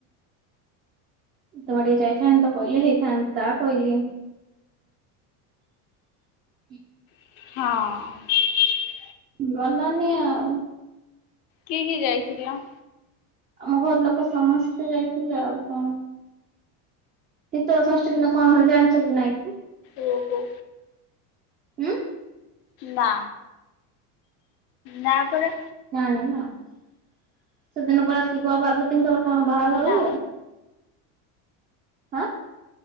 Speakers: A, on the right (about 20°); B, on the left (about 55°).
A: ତମେ ଟିକେ ଯାଇଥାନ୍ତ କହିଲେ ହେ ହେନ୍ତା କହିଲି। <inaudible>
B: ହଁ।
A: ଗଲାନି ଆଉ।
B: କିଏ କିଏ ଯାଇଥିଲା।
A: ଆମ ଘର ଲୋକ ସମସ୍ତେ ଯାଇଥିଲେ ଆଉ କଣ? ଶୀତଳ ଷଷ୍ଠୀ ଦିନ କଣ ହୁଏ ଜାଣିଛ କି ନାଇଁ କି?
B: ଓ ହୋ
A: ଉଁ।
B: ନାଁ ନା ପରା
A: <unintelligible> ସେଦିନ ପରା ଶିବ ପାର୍ବତୀଙ୍କର କଣ ବାହାଘରକୁ?
B: ନା
A: ଉଁ